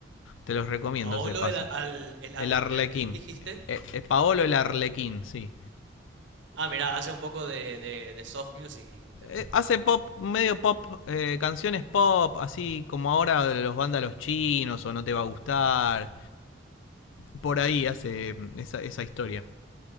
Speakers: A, on the left; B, on the right.
A: Te los recomiendo,
B: Paolo,
A: se pasa.
B: el, al, el Alerquín
A: El Arlequín.
B: dijiste.
A: Eh, eh, Paolo el Arlequín, sí.
B: Ah, mira, hace un poco de, de de soft music dijiste.
A: Eh, hace pop, medio pop, eh, canciones pop, así como ahora de los vándalos chinos o no te va a gustar. Por ahí hace mm, esa, esa historia.